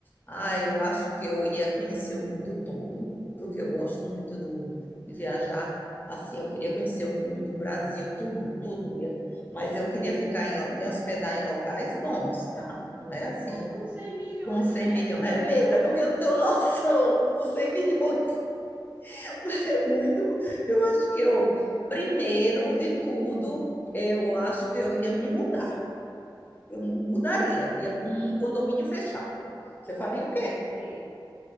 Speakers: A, on the left; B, on the right.
A: Ah, eu acho que eu ia conhecer o mundo todo, porque eu gosto muito do, de viajar. Assim, eu queria conhecer o mundo, o Brasil, tudo, tudo. Eu ia- Mas eu queria ficar em, me hospedar em locais bons, tá? Não é assim.
B: Eu com cem milhões,
A: Com 100
B: né?
A: milhões.
B: Você...
A: É mesmo, é porque eu não tenho <laughs> noção dos 100 milhões. <laughs> É muito. Eu acho que eu, primeiro de tudo, eu acho que eu ia me mudar. Eu mudaria, ia para um condomínio fechado. Você faria o quê?
B: Sim.